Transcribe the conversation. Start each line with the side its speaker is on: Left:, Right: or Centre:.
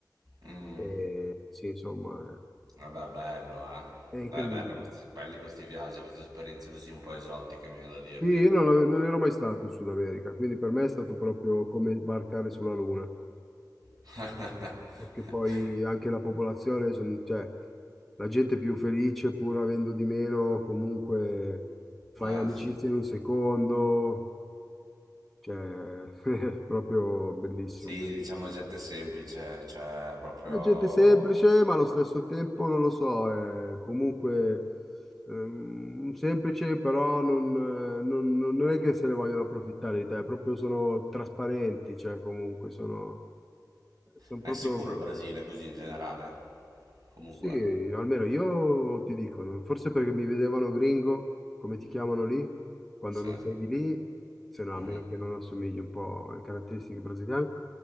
Right: Mm,
Centre: e sì, insomma,
Right: vabbè, bello, eh.
Centre: è,
Right: Beh,
Centre: è incredibile.
Right: bello questi, belli questi viaggi, queste esperienze così un po' esotiche, mi viene da dirti.
Centre: Sì, io non, ave- non ero mai stato in Sud America, quindi per me è stato proprio come sbarcare sulla Luna.
Right: <laughs>
Centre: perché poi anche la popolazione, son- cioè, la gente è più felice pur avendo di meno, comunque fai
Right: Eh,
Centre: amicizia
Right: sì.
Centre: in un secondo, cioè, <laughs> è proprio bellissimo,
Right: Sì,
Centre: bellissimo.
Right: diciamo gente semplice, cioè proprio...
Centre: È gente semplice, ma allo stesso tempo, non lo so, è comunque ehm, semplice, però non, eh, non- non- non è che se ne vogliono approfittare di te, proprio sono trasparenti, cioè comunque sono, sono
Right: Ma
Centre: proprio...
Right: è sicuro il Brasile così in generale? Comunque,
Centre: Sì, almeno io ti dico, no, forse perché mi vedevano gringo, come ti chiamano lì, quando
Right: sì.
Centre: non sei di lì, se no
Right: Mhm.
Centre: a meno che non assomigli un po' alle caratteristiche brasiliane,